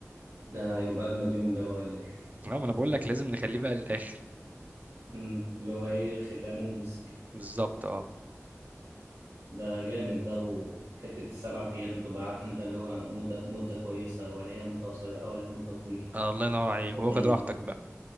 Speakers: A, on the right (about 75°); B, on the right (about 30°).
A: ده يبقى أجمد يوم ده بقى ولا إيه؟
B: اه ما أنا بقول لك لازم نخليه بقى للآخر
A: <laughs> مم. اللي هو إيه ختامه ومسك
B: بالظبط اه
A: ده جامد ده وحتة السبعة أيام تبقى عارف أنت اللي هو مدة مدة كويسة ولا هي مدة قصيرة ولا هي مدة طويلة
B: آه، الله ينور عليك واخد
A: جامد
B: راحتك بقى